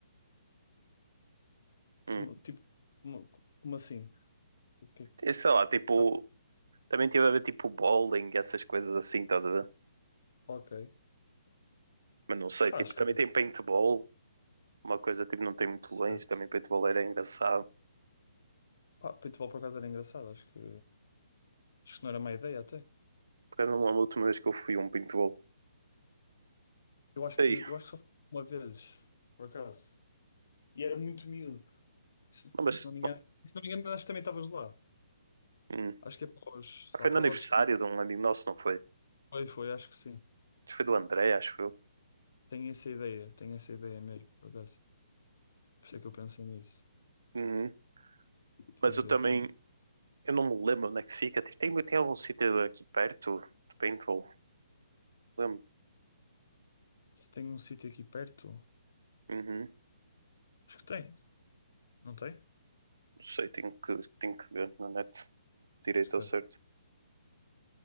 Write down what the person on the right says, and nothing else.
Hum.
E sei lá, tipo,
também tive a ver tipo bowling, essas coisas assim, estás a ver?
Mas não sei,
tipo,
também
tem paintball, uma coisa tipo, não tem muito
longe, também paintball era engraçado.
Porque eu não lembro a última vez que eu fui a um paintball.
Ei,
não, mas
hum,
foi
no aniversário
de um amigo nosso, não foi? Acho
que Foi do André, acho eu.
Uhum.
Mas
eu
também,
eu não me lembro onde é que fica. Tipo, tem, tem algum sítio aqui perto de paintball? Lembro.
Uhum. Não
sei, tenho que, tenho que ver na net direito
ao
certo.